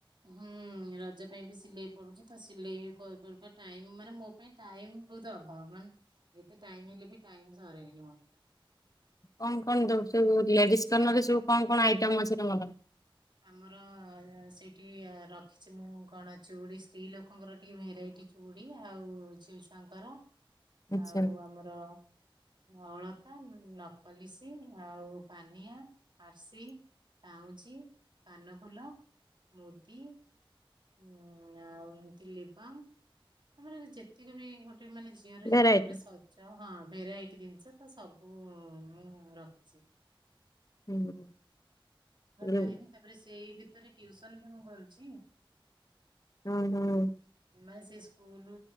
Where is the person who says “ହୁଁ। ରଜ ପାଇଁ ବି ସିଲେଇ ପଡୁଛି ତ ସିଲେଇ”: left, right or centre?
Right